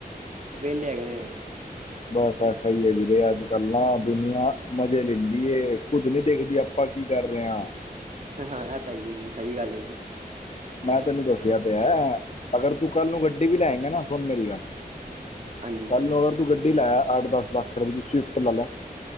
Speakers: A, on the right; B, on the left.
A: ਵਿਹਲੇ ਹੈਗੇ ਨੇ
B: <inaudible> ਬਸ ਐਸਾ ਹੀ ਵੀਰੇ ਅੱਜ ਕੱਲ ਨਾ ਦੁਨੀਆਂ ਮਜੇ ਲੈਂਦੀ ਖੁੱਦ ਨੀ ਦੇਖਦੀ ਆਪਣਾ ਆਪਾਂ ਕੀ ਕਰ ਰਹੇ ਹਾਂ।
A: ਹਾਂ ਇਹ ਤਾਂ ਹੈ ਈ ਏ, ਜੀ ਸਹੀ ਗੱਲ ਹੈ ਜੀ।
B: ਮੈਂ ਤੈਨੂੰ ਦੱਸਿਆ ਤੇ ਹੈ ਅਗਰ ਤੂੰ ਕੱਲ ਨੂੰ ਗੱਡੀ ਵੀ ਲਏਗਾ ਨਾ ਸੁਣ ਮੇਰੀ ਗੱਲ
A: ਹਾਂਜੀ
B: ਕੱਲ ਨੂੰ ਅਗਰ ਤੂੰ ਗੱਡੀ ਲੈ ਅੱਠ ਦਸ ਲੱਖ ਰੁਪਏ ਦੀ ਸਵਿਫਟ ਲਾ ਲੈ